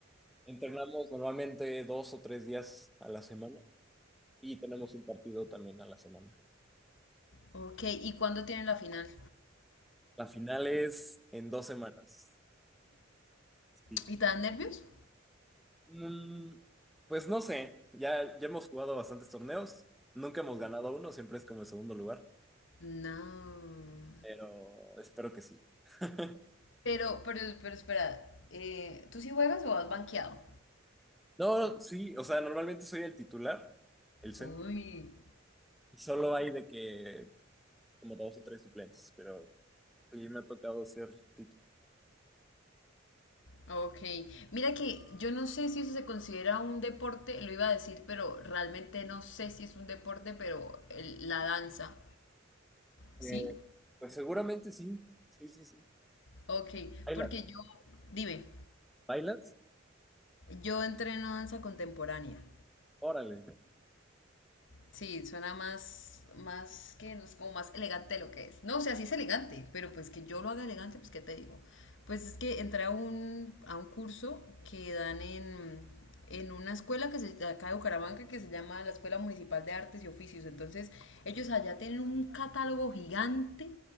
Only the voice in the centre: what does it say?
entrenamos normalmente dos o tres días a la semana y tenemos un partido también a la semana.
La final es en dos semanas. Sí.
Mm, pues no sé, ya, ya hemos jugado bastantes torneos, nunca hemos ganado uno, siempre es como el segundo lugar,
pero espero que sí. <laughs>
No, sí, o sea, normalmente soy el titular, el centro,
y solo hay de que como dos o tres suplentes, pero sí me ha tocado ser titular.
Eh, pues seguramente sí, sí, sí, sí.
¿Bailas?
¿Bailas?
Órale.